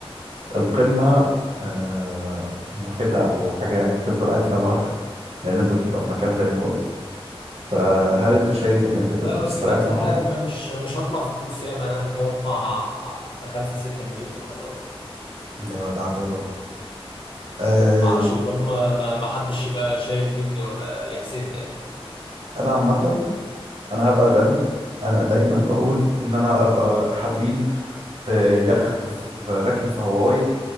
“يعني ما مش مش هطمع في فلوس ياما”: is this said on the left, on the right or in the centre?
Left